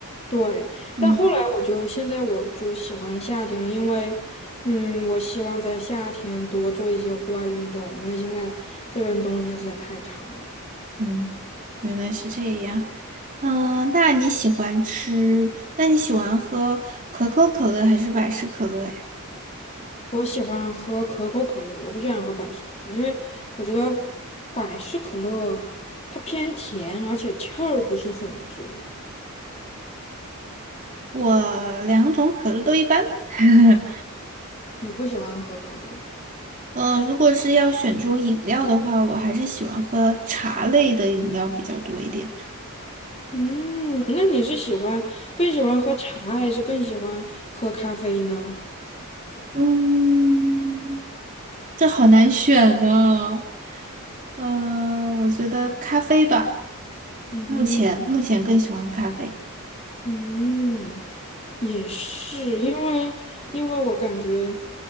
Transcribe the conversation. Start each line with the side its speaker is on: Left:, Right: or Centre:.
Left: 对，
Right: 嗯
Left: 但后来我就现在我就喜欢夏天了，因为，嗯，我希望在夏天多做一些户外运动，因为现在这边冬天实在太长了。
Right: 嗯，原来是这样。嗯、那你喜欢吃？那你喜欢喝可口可乐还是百事可乐呀？
Left: 我喜欢喝可口可乐，我不喜欢喝百事可乐，因为我觉得百事可乐它偏甜，而且气儿不是很足。
Right: 我两种可乐都一般。<laughs>
Left: 你不喜欢喝可乐？
Right: 嗯，如果是要选中饮料的话，我还是喜欢喝茶类的饮料比较多一点。
Left: 嗯，那你是喜欢更喜欢喝茶，还是更喜欢喝咖啡呢？
Right: 嗯，这好难选呢。嗯，我觉得咖啡吧，
Left: 嗯。
Right: 目前目前更喜欢咖啡。
Left: 嗯，也是，因为因为我感觉